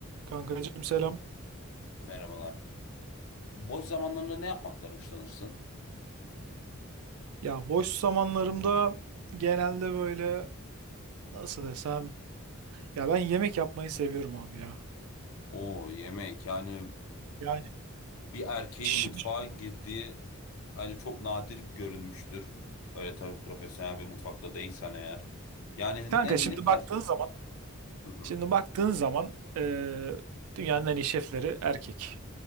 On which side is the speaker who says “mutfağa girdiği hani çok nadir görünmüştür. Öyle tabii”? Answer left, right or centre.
Left